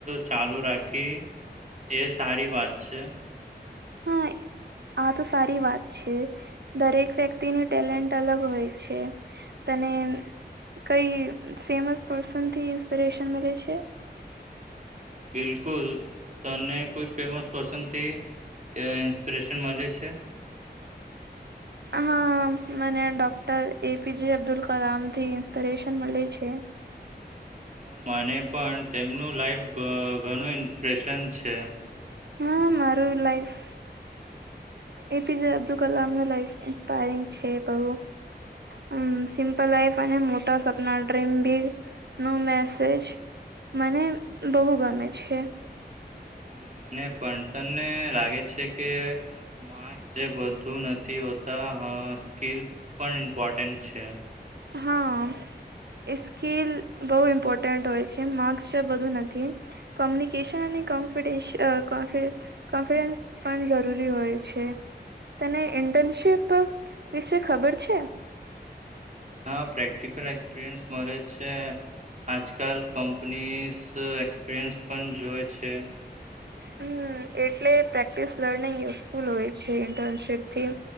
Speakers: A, on the right; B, on the right.
A: ચાલુ રાખી, એ સારી વાત છે
B: હા, આ તો સારી વાત છે. દરેક વ્યક્તિનું ટેલેન્ટ અલગ હોય છે. તને કઈ ફેમસ પર્સનથી ઇન્સ્પિરેશન મલે છે?
A: બિલકુલ તને કોઈ ફેમસ પર્સનથી ઇન્સ્પિરેશન મળે છે.
B: હા મને ડોક્ટર એપીજે અબ્દુલ કલામ થી ઇન્સ્પિરેશન મળી છે?
A: માને પણ તેમનું લાઈફ ઘણું ઇન્સ્પ્રેશન છે.
B: હા મારું લાઈફ એપીજ અબ્દુલ કલામનું લાઈફ ઇન્સ્પાયરિંગ છે બઉ. હમ્મ
A: હમ,
B: સિમ્પલ લાઈફ. અને મોટા સપના ડ્રીમ બિગ નો મેસેજ મને બહુ ગમે છે.
A: હમ, મને પણ તમને લાગે છે કે માસ જે બધું નથી હોતા સ્કીલ પણ ઇમ્પોર્ટન્ટ છે.
B: હા સ્કીલ બહુ ઇમ્પોર્ટન્ટ હોય છે માર્ક્સ જે બધું નથી. કોમ્યુનિકેશન અને કોન્ફિડન્સ કોફ કોન્ફિડન્સ પણ જરૂરી હોય છે. તને
A: બિલકુલ.
B: ઇન્ટનશીપ. વિશે ખબર છે?
A: હા પ્રેક્ટિકલ એક્સપિરિયન્સ મળે છે, આજકાલ કંપનીઝ એક્સપિરિયન્સ પણ જોય છે.
B: હમ્મ એટલે પ્રેક્ટિસ લર્નિંગ યુઝફુલ હોય છે ઇન્ટર્નશીપ થી.